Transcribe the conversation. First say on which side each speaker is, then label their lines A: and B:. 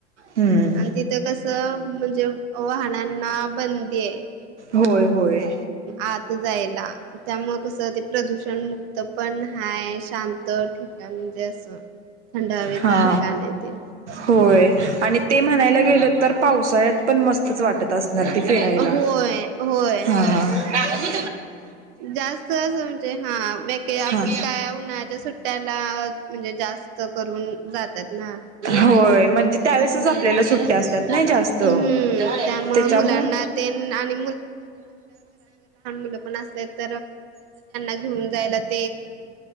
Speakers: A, on the right (about 80°); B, on the right (about 50°).
A: हम्म
B: आणि तिथं कसं म्हणजे वाहनांना बंदी आहे
A: होय होय
B: आता जायला त्यामुळे कसं ते प्रदूषण मुक्त पण हा शांत ठिकाण म्हणजे असं थंड हवेचं
A: हा
B: ठिकाण आहे ते
A: होय आणि ते म्हणायला गेलं तर पावसाळ्यात पण मस्तच वाटत असणार ते फिरायला
B: होय होय
A: हा ह
B: जास्त असं म्हणजे हा आपण
A: हा
B: काय उन्हाळ्याच्या सुट्ट्याला म्हणजे जास्त करून जातात ना
A: होय म्हणजे त्यावेळेसच
B: हम्म
A: आपल्याला सुट्ट्या असतात नाही जास्त
B: हम्म त्यामुळं
A: त्याचा
B: मुलांना
A: मूळ
B: तेन आणि तथ घेऊत